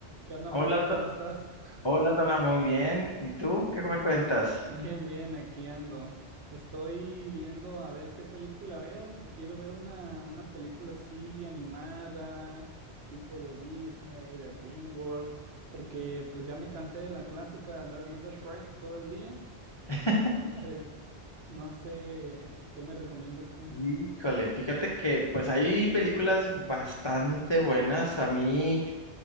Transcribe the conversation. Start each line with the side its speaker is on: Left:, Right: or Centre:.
Right: ¿Qué onda,
Left: Hola,
Right: Mario?
Left: To-
Right: ¿Cómo estás? <laughs>
Left: hola, Tona, muy bien. ¿Y tú qué me cuentas?
Right: Bien, bien, aquí ando. Estoy viendo a ver qué película veo, que quiero ver una, una película así animada, tipo de Disney, de DreamWorks, porque pues ya me cansé de la clásica de andar viendo Shrek todo el día.
Left: <laughs>
Right: Entonces, <laughs> no sé qué me recomiendas tú.
Left: Híjole, fíjate que pues hay películas bastante buenas. A mí,